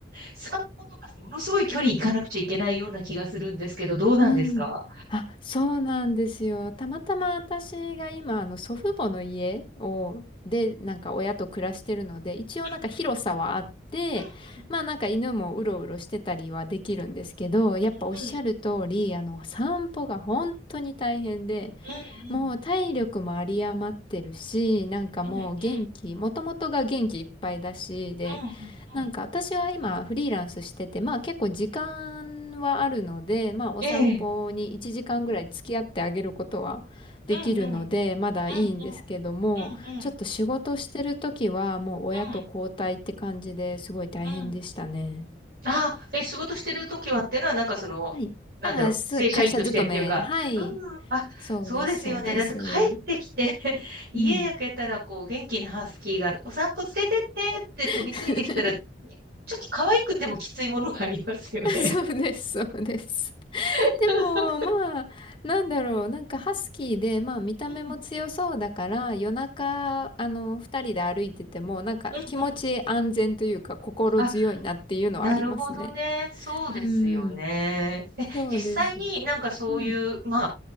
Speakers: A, on the right (about 60°); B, on the left (about 30°).
A: 散歩とかものすごい距離行かなくちゃいけないような気がするんですけど、どうなんですか
B: うん。あ、そうなんですよ。たまたま私が今、あの、祖父母の家を、で、なんか親と暮らしてるので、一応なんか広さはあって、
A: うんう
B: まあなんか犬もうろうろしてたりはできるんですけど、やっぱおっしゃる通り、
A: んうん
B: あの、散歩が本当に大変で、
A: うんうん
B: もう体力も有り余ってるし、なんかもう元気、
A: うんうんうんう
B: もともとが元気いっぱいだし、で、
A: んうん
B: なんか私は今フリーランスしてて、まあ結構時間はあるので、まあお散歩に1時間ぐらい付き合ってあげることはできるので、
A: うんうんうんうんうんえ
B: まだいいんですけども、
A: えうんうんうんうんうんうん
B: ちょっと仕事してる時はもう親と交代って感じですごい大変でしたね。
A: うんうんああ、え、仕事してる時はってのは、なんかその、
B: はい。
A: なんだろう、
B: ああ、す、
A: 正社員としてっていうか、
B: 会社勤め。はい。
A: うんうん、あ、
B: そうです、
A: そうですよね。
B: そうです。
A: だって帰ってきて <laughs> 家焼けたら、
B: うん。
A: こう、元気なハスキーが、お散歩連れてってって飛びついてきたら、
B: <laughs>
A: ちょっと可愛くてもきついものがありますよね。
B: <laughs> そうです、そうです。
A: う
B: でも、まあ、なんだろう、なんかハスキーで、まあ、見た目も強そうだから、
A: ん、うん、
B: 夜中、あの、二人で歩いてても、なんか気持ち安全というか、
A: うん、うん、うん。
B: 心強いなっていうのはありますね。
A: あ、なるほどね。そうですよね。
B: うん、
A: え、
B: そうです。
A: 実際になんかそういう、
B: うん、
A: ま